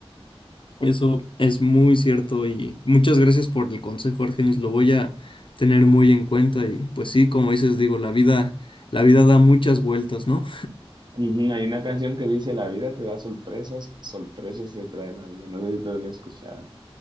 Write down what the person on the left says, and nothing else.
<laughs> Eso es muy cierto y muchas gracias por el consejo, Argenis, lo voy a tener muy en cuenta y pues sí, como dices, digo, la vida, la vida da muchas vueltas, ¿no?